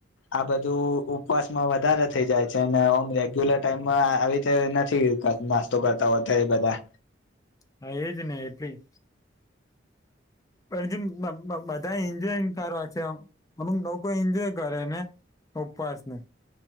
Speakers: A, on the left; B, on the left.
A: આ બધું ઉપવાસમાં વધારે થઈ જાય છે અને ઓમ રેગ્યુલર ટાઈમમાં આવી ર નથી નાસ્તો કરતા હોય બધા
B: હા એ જ ન એટલી પણ જે બધા એન્જોય કરવા છે અમુક લોકો એન્જોય કરે ને ઉપવાસને